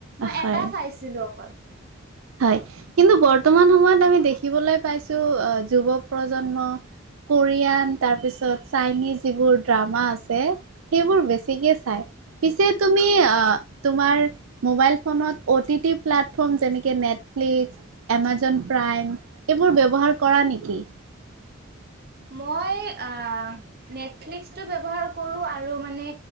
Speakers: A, on the right; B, on the right.
A: মই
B: হয়
A: এটা চাইছিলো অকল।
B: হয়, কিন্তু বৰ্তমান সময়ত আমি দেখিবলৈ পাইছো আহ, যুৱ প্ৰজন্ম কোৰিয়ান তাৰপিছত চাইনিজ যিবোৰ ড্ৰামা আছে। সেইবোৰ বেছিকে চাই, পিছে তুমি তোমাৰ মোবাইল ফোনত O T T platform O T T যেনে নেটফ্লিক্স, এমাজন প্ৰাইম, এইবোৰ ব্যৱহাৰ কৰা নেকি?
A: মই আহ, নেটফ্লিক্সটো ব্যৱহাৰ কৰো আৰু মানে